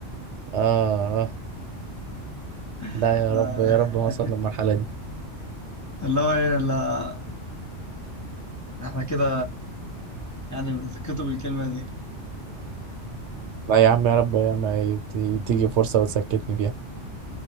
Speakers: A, on the right; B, on the left.
A: آه آه
B: <laughs>
A: لا يا
B: ف-
A: رب يا رب ما أوصل للمرحلة دي
B: اللي هو ايه لا احنا كده يعني بنسكته بالكلمة دي
A: لا يا عم يا رب ما ت- تيجي فرصة وتسكتني فيها